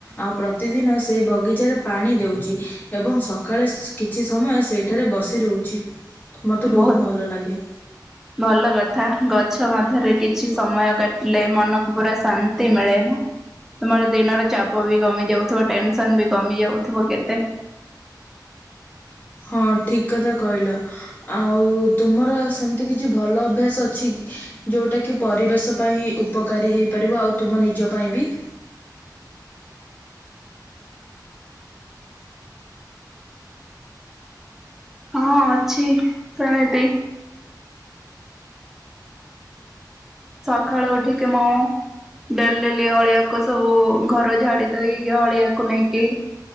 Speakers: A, on the left; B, in the centre.
A: ଆଉ ପ୍ରତିଦିନ ସେଇ ବଗିଚାରେ ପାଣି ଦେଉଚି। ଏବଂ ସକାଳେ ସ୍ କିଛି ସମୟ ସେଠାରେ ବସିରହୁଚି ମତେ
B: ବହୁତ
A: ବହୁତ୍ ଭଲ ଲାଗେ।
B: ଭଲ କଥା ଗଛ ମଧ୍ୟରେ କିଛି ସମୟ କାଟିଲେ ମନକୁ ପୁରା ଶାନ୍ତି ମିଳେ ନା। ତୁମର ଦିନର ଚାପ ବି କମି ଯାଉଥିବ ଟେନସନ ବି କମି ଯାଉଥିବ କେତେ।
A: ହଁ ଠିକ କଥା କହିଲ। ଆଉ ତୁମର ସେମିତି କିଛି ଭଲ ଅଭ୍ୟାସ ଅଛି ଯେଉଟା କିି ପରିବେଶ ପାଇଁ ଉପକାରୀ ହେଇପାରିବ ଆଉ ତୁମ ନିଜ ପାଇଁ ବି।
B: ହଁ ଅଛି ସେମିତି। ସକାଳୁ ଉଠିକି ମୁଁ ଡେଲି ଡେଲି ଅଳିଆକୁ ସବୁ ଘର ଝାଡି ଦେଇକି ଅଳିଆକୁ ନେଇକି